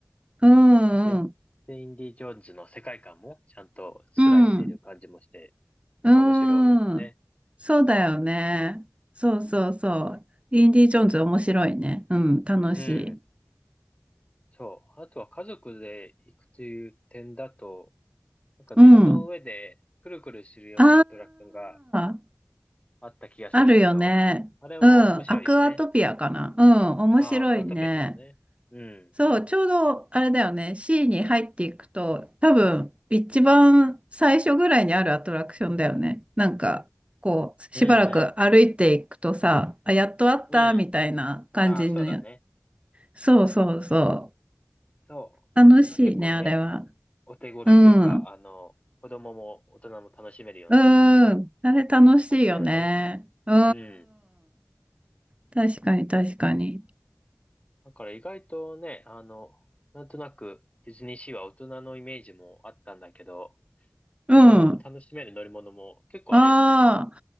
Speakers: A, on the right; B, on the left.
A: うんうん。
B: で、で、インディ・ジョーンズの世界観もちゃんと作られている感じもして、
A: うん。
B: なんか面白いよね。
A: うーん。そうだよね。そうそうそう。インディ・ジョーンズ面白いね。うん、楽しい。
B: うん。そう。あとは家族で行くという点だと、なんか水の上でくるくるするようなアトラクションが
A: うん。ああ、
B: あった気がするけど、
A: あるよね。
B: あれも面白いよね。
A: うん、アクアトピアかな。うん、面白いね。
B: ああ、カートってるね。うん。
A: そう、ちょうどあれだよね。シーに入っていくと、多分、一番最初ぐらいにあるアトラクションだよね。なんか、こう、
B: うんう
A: しばらく歩いていくとさ、あ、やっとあった、
B: ん。う
A: みたいな感じの。
B: ん。ああ、そうだね。
A: そうそうそう。
B: そう。
A: 楽しいね、
B: あれは結構ね、
A: あれは。
B: お手頃というか、
A: うん。うん。
B: あの、子供も大人も楽しめるような
A: あれ楽しいよね。
B: 感じだよね。
A: うん。
B: うん。
A: 確かに、確かに。
B: だから意外とね、あの、なんとなくディズニーシーは大人のイメージもあったんだけど、子供も楽しめる乗り物も結構あるよね。
A: うん。あ